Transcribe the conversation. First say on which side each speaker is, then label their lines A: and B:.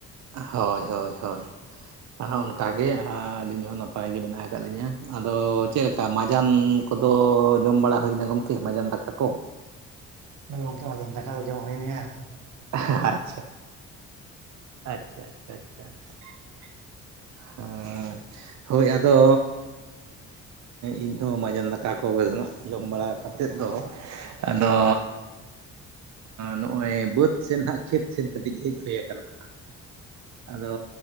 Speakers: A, on the right; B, on the right.
A: ᱦᱳᱭ ᱦᱳᱭ ᱦᱳᱭ ᱚᱱᱠᱟᱜᱮ ᱟᱨ ᱟᱹᱞᱤᱧ ᱦᱚᱸ ᱱᱟᱯᱟᱭ ᱜᱮ ᱢᱮᱱᱟᱜ ᱟᱠᱟᱫ ᱞᱤᱧᱟᱹ ᱟᱫᱚ ᱪᱮᱫ ᱞᱮᱠᱟ ᱢᱟᱡᱟᱱ ᱠᱚᱫᱚ ᱡᱚᱢ ᱵᱟᱲᱟ ᱦᱩᱭᱱᱟ ᱜᱚᱢᱠᱮ ᱢᱟᱡᱟᱱ ᱫᱟᱠᱟ ᱠᱚ᱾
B: ᱜᱚᱢᱠᱮ ᱢᱟᱡᱟᱱ ᱫᱟᱠᱟ ᱫᱚ ᱡᱚᱢ ᱦᱩᱭᱮᱱ ᱜᱮᱭᱟ᱾
A: ᱟᱦᱟᱦᱟ ᱟᱪᱪᱷᱟ ᱟᱪᱪᱷᱟ ᱟᱪᱪᱷᱟ ᱟᱪᱪᱷᱟ
B: <unintelligible>
A: ᱦᱟᱸ ᱦᱳᱭ ᱟᱫᱚ᱾ ᱤᱧᱦᱚᱸ ᱢᱟᱡᱟᱱ ᱫᱟᱠᱟ ᱠᱚᱜᱮ ᱡᱚᱢ ᱵᱟᱲᱟ ᱠᱟᱛᱮᱫ ᱫᱚ᱾ ᱟᱫᱚ ᱱᱚᱜᱼᱚᱭ ᱵᱟᱹᱫᱽ ᱥᱮᱱ ᱦᱟᱸᱜ ᱠᱷᱮᱛ ᱥᱮᱱ ᱠᱟᱹᱴᱤᱡ ᱦᱮᱡ ᱦᱩᱭ ᱟᱠᱟᱱᱟ᱾ ᱟᱫᱚ